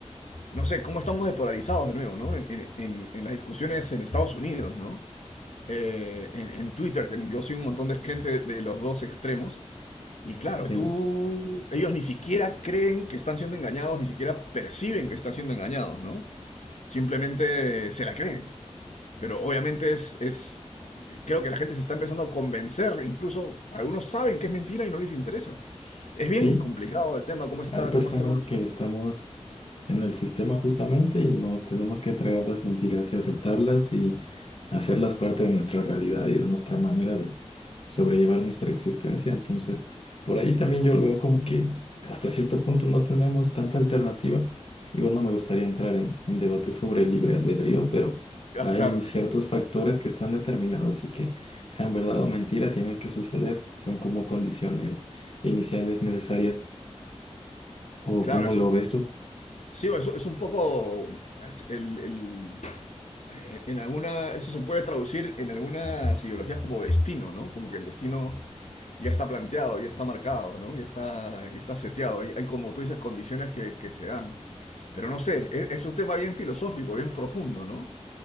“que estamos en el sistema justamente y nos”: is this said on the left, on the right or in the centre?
Left